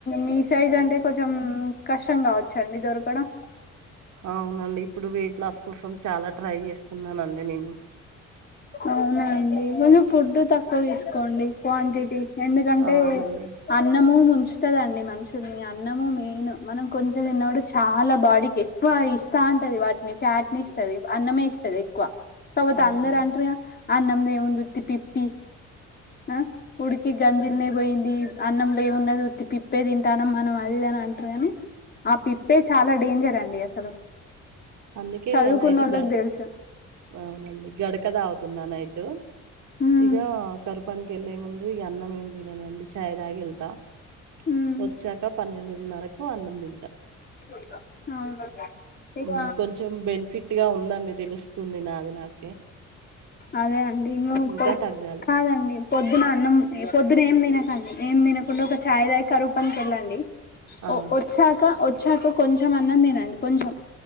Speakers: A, on the left; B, on the right.
A: మీ సైజ్ అంటే కొంచెం కష్టం కావచ్చారండి దొరకడం
B: అవునండి ఇప్పుడు వెయిట్ లాస్ కోసం చాలా ట్రై చేస్తున్నానండి నేను
A: అవునండి కొంచెం ఫుడ్ తక్కువ తీసుకోండి క్వాంటిటీ ఎందుకంటే
B: అవునండి
A: అన్నము వస్తుదండి మనుషుల్ని అన్నము మెయిన్ మనం కొంచెం తిన్నప్పుడు చాలా బాడీకి ఎక్కువ ఇస్తా ఉంటది వాటిని ఫ్యాట్ని ఇస్తుంది అన్నమే ఇస్తుంది ఎక్కువ కాకపోతే
B: అవునండి
A: అందరన్ీ అన్నం ది ఏముంది ఉతిిప్పిప్పి ఆ ఉడికి గంజిల్నే పోయింది అన్నంలో ఏమున్నదిత్తి పిప్పే తింటాన మనం అదిది అని అంటారుని ఆ పిప్పే చాలా డేంజర్ అండి అసలు
B: అందుకే
A: చదువుకున్నోళ్ళకి
B: ఈయన అయితే గడ
A: తెలుసు
B: అవునండి గడక దాత న్నా నైట్
A: ఉమ్
B: ఇక కరుపు పప్పనికి వెళ్ళే ముందు ఈ అన్నం ఏం తిననడి ఛా్ తాగా వెళ్తాం
A: ఉమ్
B: వచ్చాకా పన్నెండు న్నరకు అన్నంది
A: ఇ అవును
B: హ్మ్మ్
A: ఇక
B: కొంచెం బెనిఫిట్ గట్టిగా ఉందని తెలుస్తుంది నాది నాకు
A: అదే అండి ఇం
B: ఇంకా
A: పొద్
B: తగ్గాలి
A: కాదండి పొద్దున అన్నం పొద్దు పొద్దన్నెఏం తినకండి ఏం తినకుండా ఒక ఛాయ దాగికరువుపనికి వెళ్ళండి
B: ఆ,
A: ఓ వచ్చాక వచ్ వచాక కొంచెం అన్నం తినండి కొంచెం